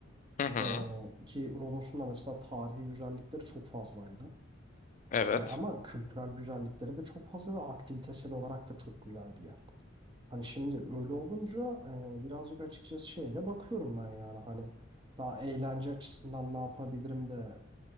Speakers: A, on the left; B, on the right.
A: Hı hı.
B: Ee, ki Rodos'un da mesela tarihi güzellikleri çok fazlaydı.
A: Evet.
B: Hani ama kültürel güzellikleri de çok fazla ve aktivitesel olarak da çok güzel bir yer. Hani şimdi öyle olunca e, birazcık açıkçası şeye de bakıyorum ben yani hani daha eğlence açısından ne yapabilirim de